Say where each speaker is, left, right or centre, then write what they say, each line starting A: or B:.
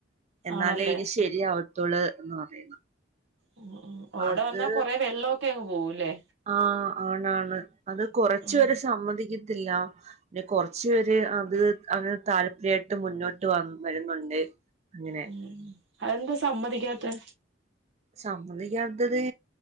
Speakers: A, on the right (about 35°); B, on the right (about 65°).
A: എന്നാലേ
B: ആണല്ലേ
A: ഇനി ശരിയാവത്തോള്ള് എന്ന് പറയുന്നു
B: ഉം ഉം ഓട
A: അത്
B: വന്നാ കൊറെ വെള്ളോമൊക്കെ അങ്ങ് പോവൂല്ലേ
A: ആഹ് ആണ് ആണ് അത് കൊറച്ചു
B: ഉം
A: പേര് സമ്മതിക്കത്തില്ല പിന്നെ കൊറച്ചു പേര് അത് അങ്ങനെ താല്പര്യായിട്ട് മുന്നോട്ട് വ വരുന്നുണ്ട് അങ്ങനെ
B: ഉം അതെന്താ സമ്മതിക്കാത്തേ
A: സമ്മതിക്കാത്തത്